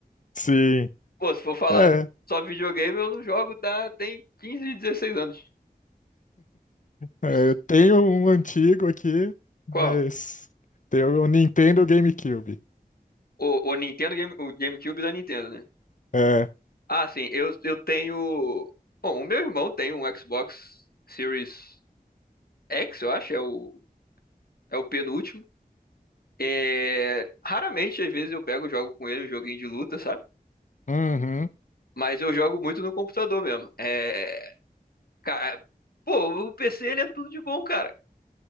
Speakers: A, on the left (about 55°); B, on the left (about 70°).
A: Sim.
B: Pô, se for falar
A: É,
B: só videogame, eu não jogo, tá? Tem 15, 16 anos.
A: É,
B: Esse-
A: eu tenho um antigo aqui, mas
B: Qual?
A: tem o Nintendo GameCube.
B: O, o Nintendo Game, o GameCube da Nintendo, né?
A: É.
B: Ah, sim, eu, eu tenho. Bom, o meu irmão tem um Xbox Series X, eu acho, é o, é o penúltimo. É... Raramente, às vezes, eu pego e jogo com ele um joguinho de luta, sabe?
A: Uhum.
B: Mas eu jogo muito no computador mesmo. É... ca- é, Pô, o PC ele é tudo de bom, cara.